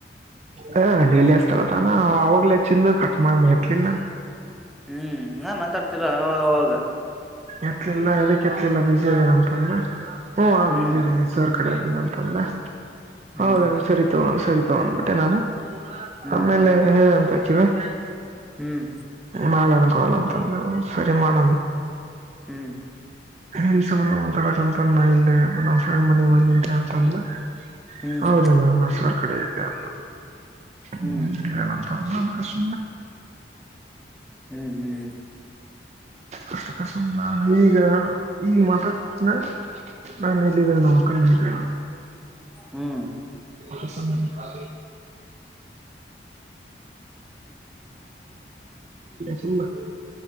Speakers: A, on the right; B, in the centre.
A: ಹ ಡೈಲಿ ಹಸ್ತಾರ ತಾನ ಅವಾಗ್ಲಚ್ಚಂದು ಕಟ್ ಮಾಡ ಮತ್ತಲಿಲ್ಲ ನನ್
B: ಹ್ಮ್ ಹ ಮಾತಾಡ್ತಿರ ಅವಾಗಾಗ
A: ಎತ್ಲಿಲ್ಲ ಅದಕ್ಕೆ ಎತ್ಲಿಲ್ಲ ಬಿಸಿ ಇದೀನ ಅಂತಂದ್ರೆ ಹ
B: ಹ್ಮ್
A: ಬಸಿ ಇದೀನಿ ಸರ್ ಕಡೆದಿನ ಅಂತಂದೆ
B: ಹ್ಮ್
A: ಹೌದ ಸರಿ ತಗೊಂಡ ಸರಿ ತಗೊಂಡ್ಬಿಟ್ಟೆ ನಾನು
B: ಹ್ಮ್
A: ಆಮೇಲೆ ಹೇಂತ ಹಾಕಿವೆ <inaudible>
B: ಹ್ಮ್
A: ನಾಳೆನಕಾಲ ಅಂತಂದ್ರ ಸರಿ ಮಾಡ
B: ಹ್ಮ್
A: ಎನ್ಸಬಾನ ಮಾತಾಡಕ್ಂತ ಇಲ್ಲ ನಮ್ಮ್ ಮನಿ ಬಂದತ <inaudible>
B: ಹ್ಮ್
A: ಹೌದನ ನಸ ಕಡೆ ಇದೆ ಅಂತ
B: ಹ್ಮ್
A: ಹ್ಮ ಹೇಳಂತ ನಷ್ಟ
B: ಹ್ಮ್ ಹ್ಮ್
A: ಕಷ್ಟ ಕಷ್ಟ ನಾನು ಈಗ ಈಗ ಮಾತಡತೆನ್ನ ನಲ್ಲಿ ಇ ನೋಕನ್ ನನ <inaudible>
B: ಹ್ಮ್
A: <inaudible> ಸಡಲ್ಲ ತುಂಬಾ <inaudible>